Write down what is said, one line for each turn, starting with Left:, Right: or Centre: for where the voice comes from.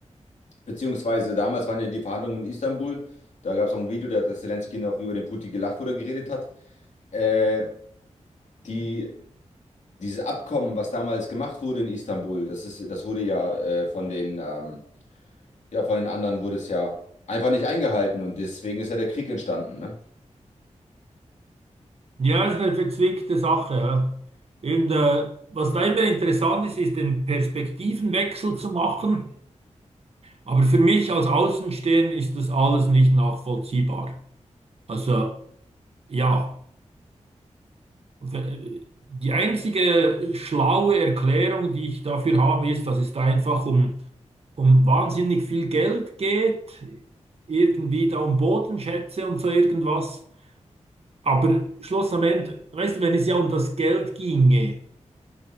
Left: beziehungsweise damals waren ja die Verhandlungen in Istanbul. Da gab es auch ein Video, da hat der Zelensky noch über den Putin gelacht, wo er geredet hat. Äh, die, dieses Abkommen, was damals gemacht wurde in Istanbul, das ist, das wurde ja äh, von den ähm, Ja, von den anderen wurde es ja einfach nicht eingehalten und deswegen ist ja der Krieg entstanden, ne?
Right: Ja, ist eine verzwickte Sache. Ja. Und, äh, was da immer interessant ist, ist den Perspektivenwechsel zu machen. Aber für mich als Außenstehender ist das alles nicht nachvollziehbar. Also ja, die einzige schlaue Erklärung, die ich dafür habe, ist, dass es da einfach um, um wahnsinnig viel Geld geht, irgendwie da um Bodenschätze und so irgendwas. Aber Schluss am Ende, weißt du, wenn es ja um das Geld ginge.